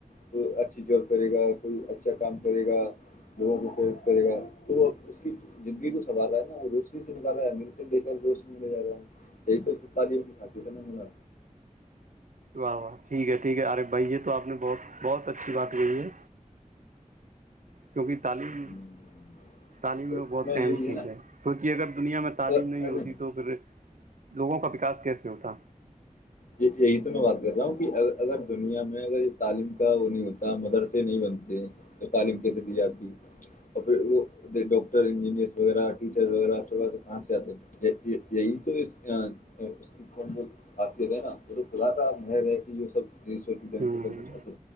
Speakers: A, on the left (about 75°); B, on the right (about 70°).
A: کوئی اچھی جاب کرے گا کوئی اچھا کام کرے گا لوگوں کو پھر کرے گا تو وہ اس کی زندگی کو سنوار رہا ہے نا وہ روشنی سے نکال رہا ہے مر سے لے کر روشنی لے جا رہا ہے یہی تو تعلیم کی خاصیت ہے نا ما
B: واہ واہ ٹھیک ہے ٹھیک ہے عارف بھائی یہ تو آپ نے بہت بہت اچھی بات کہی ہے کیونکہ تعلیم
A: جناب
B: تعلیم بہت
A: اس میں
B: اہم
A: یہ بھی
B: چیز ہے کیونکہ اگر دنیا میں
A: ہے
B: تعلیم نہیں ہوتی
A: نا
B: تو پھر لوگوں کا وکاس کیس میں ا تھا
A: یہی تو میں بات کر رہا ہوں کہ اگر دنیا میں اگر تعلیم کا وہ نہیں ہوتا مدرسے نہیں بنتے تو تعلیم کیسے دی جاتی اور پھر وہ ڈاکٹر انجینئر وغیرہ ٹیچر وغیرہ آ کہاں سے آتے یہی تو اس کیاص ے نا وہ تو کلا تھا م کہ یہ سب یہان
B: ہوں
A: سے تو کچ اچھا